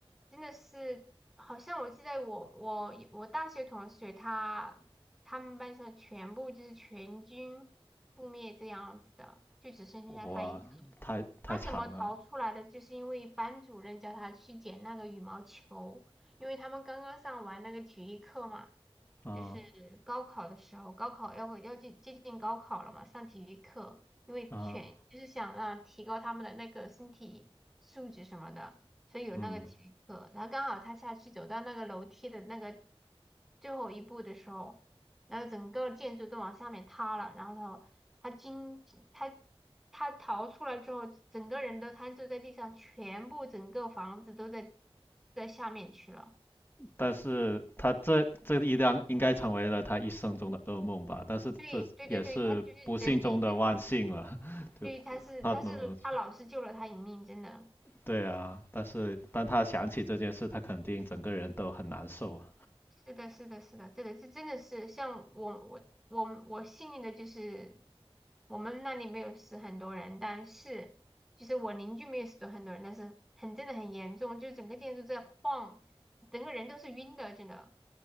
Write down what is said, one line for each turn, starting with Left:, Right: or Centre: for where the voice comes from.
Centre: 真的是，好像我记得我我我大学同学他他们班上全部就是全军覆灭这样子的，就只剩下他一个。
Left: 哇，太太惨了，
Centre: 他怎么逃出来的？就是因为班主任叫他去捡那个羽毛球，因为他们刚刚上完那个体育课嘛，
Left: 啊
Centre: 就是高考的时候，高考要要接接近高考了嘛，上体育课，因为全就是想让提高他们的那个身体素质什么的，
Left: 啊，嗯。
Centre: 所以有那个体育课。
Left: 嗯
Centre: 然后刚好他下去走到那个楼梯的那个最后一步的时候，然后整个建筑都往下面塌了，然后他他经他他逃出来之后，整个人都瘫坐在地上，全部整个房子都在在下面去了。
Left: 但是他这这一辆应该成为了他一生中的噩梦吧，但是这也是不幸中的万幸了，
Centre: 对对对对，他就是整体的，
Left: <laughs> 就他能
Centre: 对，他是他是他老师救了他一命，真的。
Left: 对啊，但是当他想起这件事，他肯定整个人都很难受啊，
Centre: 是的，是的，是的，这个这真的是像我我我我幸运的就是我们那里没有死很多人，但是就是我邻居没有死很多人，但是很真的很严重，就是整个建筑在晃，整个人都是晕的，真的。